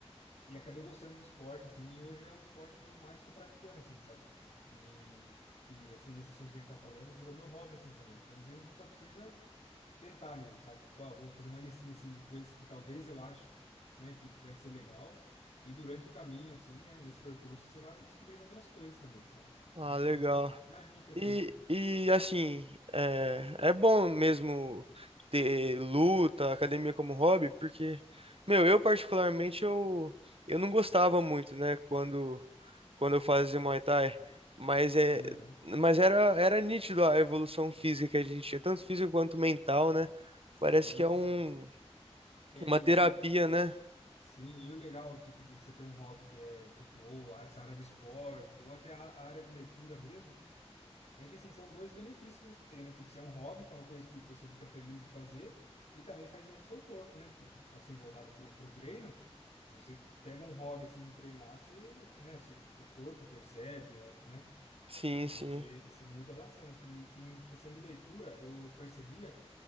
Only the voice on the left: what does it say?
e acabei gostando do esporte assim, e hoje é o esporte que eu mais estou praticando assim, sabe? E e assim, esse assunto que a gente tá falando virou meu hobby assim também. Então, às vezes a gente só precisa tentar mesmo, sabe? Tipo, ah, vou fazer uma listinha assim de coisas que talvez eu acho, né, que vai ser legal. E durante o caminho, assim, né, nesse percurso, você vai descobrindo outras coisas também, sabe? Então,
acho
que essa é um- uma dica, assim.
Aham.
Sim,
sim. É,
e,
e o,
sim, e o legal, tipo, de você ter um hobby que é, tipo, ou essa área de esporte, ou até a, a área de leitura mesmo. É que assim, são dois benefícios que você tem, né? Tipo, você é um hobby, que é uma coisa que você fica feliz em fazer, e também faz bem pro seu corpo, né? Tipo, assim, voltado pro, pro treino, se você pega um hobby assim em treinar, você, né, se- seu corpo percebe, ah, né?
E
você se muda bastante. E em questão de leitura, eu percebia